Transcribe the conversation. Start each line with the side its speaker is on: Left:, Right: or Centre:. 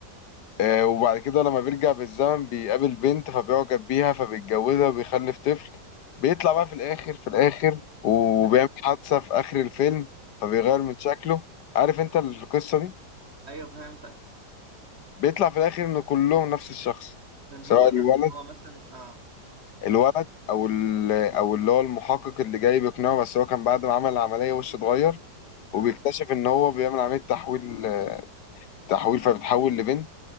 Left: آه وبعد كده لما بيرجع بالزمن بيقابل بنت فبيعجب بيها فبيتجوزها وبيخلف طفل بيطلع بقى في الاخر في الاخر وبيعمل
Right: ايوه
Left: حادثة في اخر الفيلم فبيغير
Right: ايوه
Left: من شكله عارف انت القصة دي
Right: ايوه فهمتك
Left: بيطلع في الاخر ان كلهم نفس الشخص
Right: ان
Left: سواء
Right: هو ده
Left: الولد
Right: ان هو مثلا اه فهمت
Left: الولد او ال- او اللي هو المحقق اللي جاي بيقنعه بس هو كان بعد ما عمل العمليه وشه اتغير وبيكتشف
Right: اه
Left: ان هو بيعمل عمليه تحويل تحويل فبيتحول لبنت